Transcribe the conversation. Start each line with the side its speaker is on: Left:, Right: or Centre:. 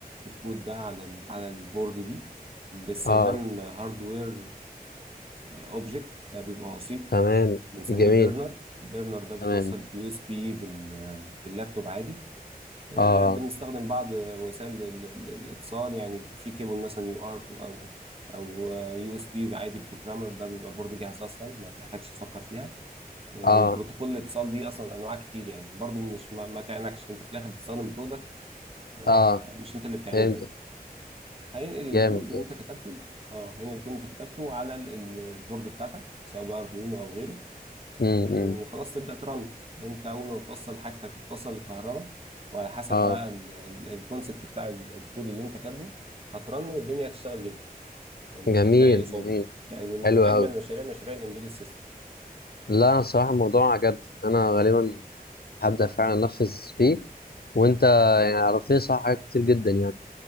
Right: الكود ده على ال على البورد دي باستخدام
Left: اه
Right: هاردوير اوبجكت ده بيبقى وسيط
Left: تمام
Right: بنسميه
Left: جميل
Right: بيرنر بيرنر ده بيتوصل
Left: تمام
Right: بيو اس بي باللابتوب عادي آه،
Left: اه
Right: بنستخدم بعض وسائل ال- ال- الاتصال يعني في كيبل مثلا يو ارت او او يو اس بي عادي بروجرامر ده بيبقى بورد جاهز اصلا ما بتحتاجش تفكر فيها آه،
Left: اه
Right: وبروتوكول الاتصال دي اصلا انواع كتير يعني برضو مش ما, ما تعنكش انت في الاخر بتستخدم برودكت آه،
Left: اه
Right: مش انت اللي بتعمله
Left: فهمت
Right: يعني هينقل
Left: جامد
Right: الكود
Left: جامد
Right: اللي انت كتبته اه هينقل الكود اللي انت كتبته على ال- ال- البورد بتاعتك سواء بقى اردوينو او غيره
Left: امم
Right: آه،
Left: امم.
Right: وخلاص تبدا ترن انت اول ما بتوصل حاجتك وتوصل الكهرباء وعلى حسب
Left: اه
Right: بقى ال- ال- الكونسبت بتاع ال- الكود اللي انت كاتبه هترن والدنيا هتشتغل جدا يعني مش
Left: جميل
Right: هتلاقي اصابه
Left: جميل
Right: يعني من
Left: حلو
Right: من اجمل
Left: قوي
Right: مشاريع مشاريع الامبيدد سيستم
Left: لا انا الصراحه الموضوع عجبني انا غالبا هبدا فعلا انفذ فيه وانت يعني عرفتني صح حاجات كتير جدا يعني